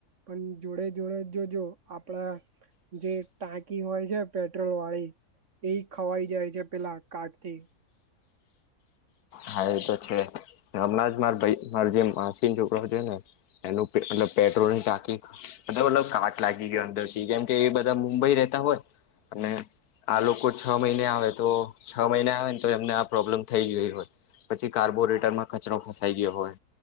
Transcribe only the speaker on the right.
પણ જોડે જોડે જોજો આપડા જે ટાંકી હોય છે પેટ્રોલ વાળી એ ખવાઈ જાય છે પેલા કાઠ થી